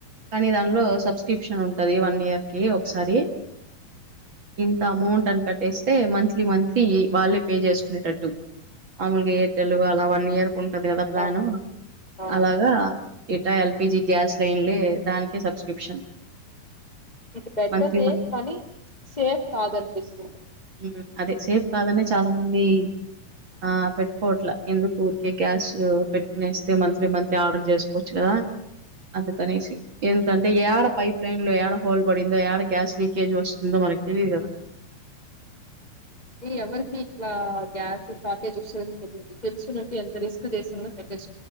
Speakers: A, on the right (about 45°); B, on the left (about 35°).
A: కానీ దానిలో సబ్స్క్రిప్షన్ ఉంటుంది వన్ ఇయర్కి ఒకసారి ఇంత అమౌంట్ అని కట్టేస్తే మంత్లీ మంత్లీ వాళ్ళే పే చేసుకునేటట్టు మామలుగా ఎయిర్టెల్ అలా వన్ ఇయర్ ఉంటంది కదా ప్లాను
B: ఆ ఆ
A: అలాగ ఇటా ఎల్పిజీ గ్యాస్ లైన్లే దానికి సబ్స్క్రిప్షన్
B: ఇది బెట్టర్దే
A: మంత్లీ
B: కానీ సేఫ్ కాదనిపిస్తుంది
A: ఉమ్ అదే సేఫ్ కాదనే చాల మంది ఆ పెట్టుకోవట్ల ఎందుకు ఊరికే గ్యాస్ పెట్టుకునేస్తే మంత్లీ మంత్లీ ఆర్డర్ చేసుకోవచ్చు కదా అందుకనేసి ఎందుకంటే ఏడ పైప్ లైన్ లో ఏడ హోల్ పడిందో ఏక్కడ గ్యాస్ లీకేజ్ వస్తుందో మనకి తెలిద్ కద
B: అది ఎవరికి ఇట్లా గ్యాస్ ఫాకేజ్ వస తెలింది తెలుసు అంటే ఎంత రిస్క్ చేసిందో పెట్టేా